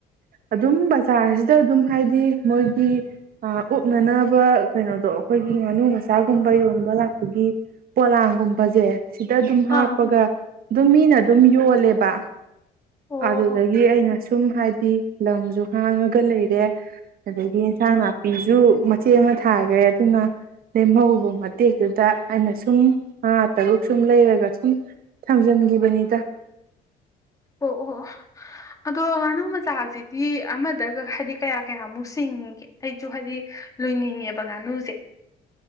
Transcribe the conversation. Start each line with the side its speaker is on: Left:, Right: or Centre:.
Right: ꯑꯗꯨꯝ ꯕꯖꯥꫪꯁꯤꯗ ꯑꯗꯨꯝ ꯍꯥꯏꯗꯤ ꯃꯣꯏꯒꯤ ꯎꯞꯅꯅꯕ ꯀꯩꯅꯣꯗꯣ ꯑꯩꯈꯣꯏꯒꯤ ꯉꯥꯅꯨ ꯃꯆꯥꯒꯨꯝꯕ ꯌꯣꯟꯕ ꯂꯥꯛꯄꯒꯤ ꯄꯣꯂꯥꯡꯒꯨꯝꯕꯁꯦ ꯁꯤꯗ ꯑꯗꯨꯝ ꯍꯥꯞꯄꯒ
Left: ꯑꯥ
Right: ꯑꯗꯨꯝ ꯃꯤꯅ ꯑꯗꯨꯝ ꯌꯣꯜꯂꯦꯕ
Left: ꯑꯣ
Right: ꯑꯗꯨꯗꯒꯤ
Left: ꯑꯣ
Right: ꯑꯩꯅ ꯁꯨꯝ ꯍꯥꯏꯗꯤ ꯂꯝꯁꯨ ꯍꯥꯡꯉꯒ ꯂꯩꯔꯦ ꯑꯗꯒꯤ ꯑꯦꯟꯁꯥꯡ ꯅꯥꯄꯤꯁꯨ ꯃꯆꯦ ꯑꯃ ꯊꯥꯈ꯭ꯔꯦ ꯑꯗꯨꯅ ꯂꯦꯝꯍꯧꯕ ꯃꯇꯦꯛꯇꯨꯗ ꯑꯩꯅ ꯁꯨꯝ ꯃꯉꯥ ꯇꯔꯨꯛ ꯁꯨꯝ ꯂꯩꯔꯒ ꯁꯨꯝ ꯊꯝꯖꯤꯟꯈꯤꯕꯅꯤꯗ
Left: ꯑꯣ ꯑꯣ ꯑꯣ ꯑꯗꯣ ꯉꯥꯅꯨ ꯃꯆꯥꯁꯤꯗꯤ ꯑꯃꯗꯒ ꯍꯥꯏꯗꯤ ꯀꯌꯥ ꯀꯌꯥꯃꯨꯛ ꯆꯁꯤꯡꯒꯦ ꯑꯩꯁꯨ ꯍꯥꯏꯗꯤ ꯂꯣꯏꯅꯤꯡꯉꯦꯕ ꯉꯥꯅꯨꯁꯦ